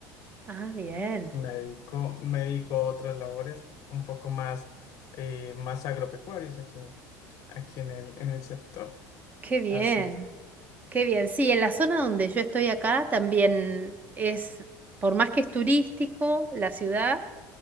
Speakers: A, on the right; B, on the left.
A: ah, bien,
B: y me dedico, me dedico a otras labores un poco más, eh, más agropecuarias aquí, en- aquí en el, en el sector.
A: qué bien,
B: Así es.
A: qué bien. Sí, en la zona donde yo estoy acá también es, por más que es turístico la ciudad,